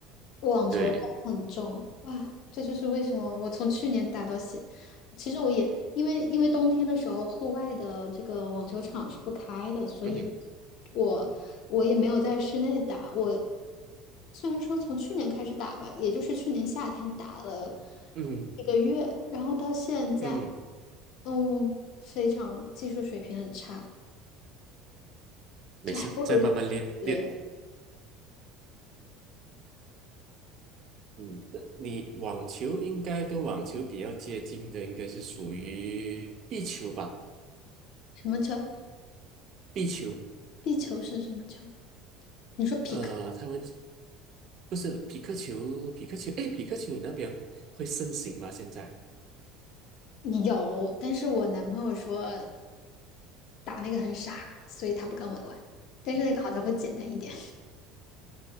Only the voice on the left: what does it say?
网球它很重啊，
这就是为什么我从去年打到现，其实我也因为因为冬天的时候，户外的这个网球场是不开的，所以
我我也没有在室内打。我虽然说从去年开始打吧，也就是去年夏天打了
一个月，然后到现在，
嗯，非常技术水平很差，
就还不如
学
什么球？
壁球是什么球？你说匹克
有，但是我男朋友说。打那个很傻，所以他不跟我玩。但是那个好像会简单一点，